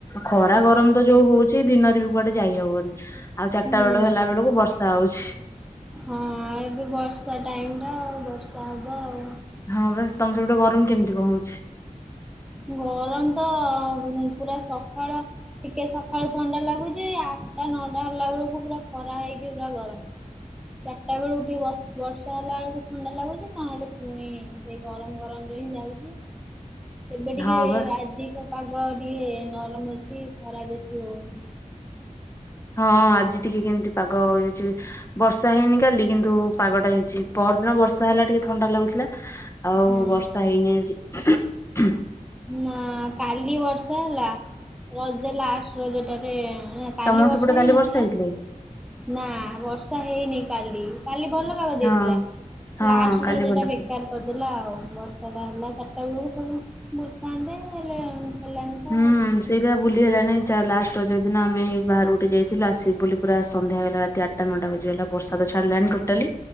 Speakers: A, on the left; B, in the centre.
A: ଖରା
B: ହଁ।
A: ଗରମ ତ ଯୋଉ ହଉ ଚି ଦିନରେ ବି କୁଆଡେ ଯାଇ ହବନି ଆଉ ଚାରିଟା
B: ହୁଁ
A: ବେଳ ହେଲା ବେଳକୁ ବର୍ଷା ହଉଛି।
B: ହଁ ଏବେ ବର୍ଷା ଟାଇମ ଟା ଆଉ ବର୍ଷା ହବ ଆଉ।
A: ହଁ ବା ତମ ସେପଟେ ଗରମ କେମିତି କଣ ହଉଛି?
B: ଗରମ ତ ପୁରା ସକାଳ ଟିକେ ସକାଳୁ ଥଣ୍ଡା ଥଣ୍ଡା ଲାଗୁଛି ଆଠଟା ନଅଟା ହେଲା ବେଳକୁ ପୁରା ଖରା ହେଇକି ପୁରା ଗରମ। ଚାରିଟା ବେଳକୁ ଟିକେ ବ ବର୍ଷା ହେଲା ବେଳକୁ ଥଣ୍ଡା ଲାଗୁଛି ନହେଲେ ପୁଣି ସେଇ ଗରମ ଗରମରେ ହିଁ ଯାଉଛି। ଏବେ ଟିକେ
A: ହଁ ବା
B: ଆଜି ତ ପାଗ ଟିକେ ନରମ ଅଛି ଖରା ବେଶୀ ହଉନି
A: ହଁ ଆଜି ଟିକେ କେମିତି ପାଗ ହେଇଛି ବର୍ଷା ହେଇନି କାଲି କିନ୍ତୁ ପାଗଟା ହେଇଛି ପଅର ଦିନ ବର୍ଷା ହେଲା ଟିକେ ଥଣ୍ଡା ଲାଗୁଥିଲା ଆଉ
B: ହୁଁ
A: ବର୍ଷା ହେଇନି ଆଜି।
B: ନା କାଲି ବର୍ଷା ହେଲା ରଜ ଲାଷ୍ଟ ରଜ ଟାରେ କାଲି
A: ତମ
B: ବର୍ଷା
A: ସେପଟେ କାଲି
B: ହେଇନଥିଲା
A: ହେଇଥିଲା କି?
B: ନା ବର୍ଷା ହେଇନି କାଲି କାଲି ଭଲ ପାଗ ଦେଇଥିଲା
A: ହଁ ହଁ
B: ଲାଷ୍ଟ
A: କାଲି
B: ରଜଟା
A: ଭଲ
B: ବେକାର
A: ଥିଲା।
B: କରିଦେଲା ଆଉ ବର୍ଷାଟା ହେଲା ଚାରିଟା ବେଳକୁ ସବୁ ବୁଲିଥାନ୍ତେ ହେଲେ ହେଲାନି ତ
A: ହୁଁ।
B: ଆଉ
A: ସେଇଥିପାଇଁ ବୁଲି ହେଲାନି ଲାଷ୍ଟ ରଜଦିନ ଆମେ ବାହାରକୁ ଟିକେ ଯାଇଥିଲୁ ଆସିବୁ ବୋଲି ପୁରା ସନ୍ଧ୍ୟା ହେଇଗଲା ରାତି ଆ ଟା ନଅଟା ବାଜିଗଲା ବର୍ଷା ତ ଛାଡ଼ିଲାନି ଟୋଟାଲି